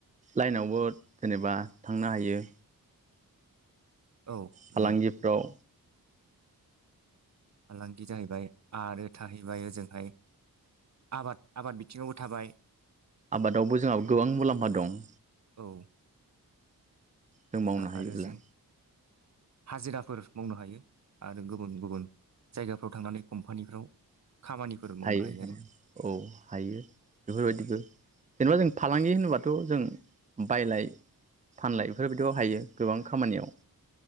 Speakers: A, on the right (about 20°); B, on the right (about 45°).
A: लाइनावबो जेनेबा थांनो हायो
B: औ
A: फालांगिफ्राव
B: नंगौ फालांगि जाहैबाय आरो थाहैबाय ओजोंजोंहाय आबाद आबाद बिथिङावबो थाबाय
A: आबादावबो जोंहा गोबां मुलाम्फा दं।
B: औ
A: जों मावनो
B: आरो
A: हायोब्ला
B: जों हाजिराफोर मावनो हायो आरो गुबुन गुबुन जायगाफ्राव थांनानै कम्पानिफ्राव खामानिफोर
A: हायो
B: मावनो आरो
A: औ हायो बेफोरबायदिबो जेनेबा जों फालांगि होन होनबाथ' जों बायलाय फानलाय बेफोरबायदियाव हायो गोबां खामानियाव